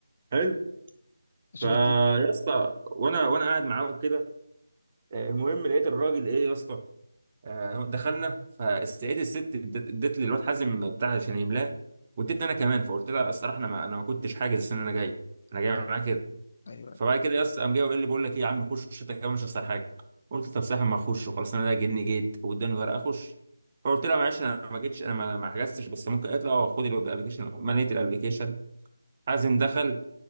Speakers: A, on the right (about 30°); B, on the left (about 35°).
A: حلو
B: اشوف
A: فيا
B: التيم
A: اسطى وانا وانا قاعد معاه كده آه، المهم لقيت الراجل ايه يا اسطى آه، دخلنا فلقيت الست ادت ادت لي الواد حازم بتاع عشان يملاه وادتني انا كمان فقلت لها الصراحه انا ما انا ما كنتش حاجز ان انا جاي انا جاي
B: آه.
A: معاك
B: ايوه
A: فبعد كده يس قام جاي وقال لي بقول لك ايه يا عم خش خش انت كمان مش هخسر حاجه قلت طب ساحب ما اخش وخلاص انا ده جني جيت واداني ورقه اخش فقلت لها
B: أيوة.
A: معلش انا ما جيتش انا ما ما حجزتش بس ممكن قالت لي اه خد الابلكيشن مليت الابلكيشن حازم دخل